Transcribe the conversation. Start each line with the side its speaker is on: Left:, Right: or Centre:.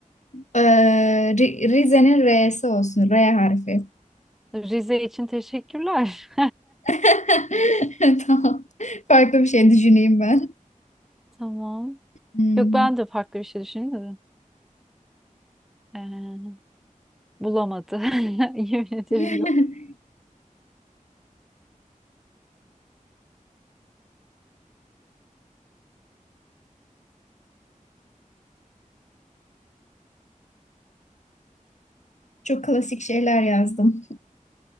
Left: Ee, Ri- Rize'nin R'si olsun. R harfi.
Centre: <laughs> Rize için teşekkürler.
Left: <laughs> Tamam. Farklı bir şey düşüneyim ben.
Centre: <laughs> Tamam.
Left: Hmm.
Centre: Yok ben de farklı bir şey düşündüm. Ee, bulamadı. <laughs> Yemin ederim
Left: <laughs>
Centre: yok.
Left: Çok klasik şeyler yazdım.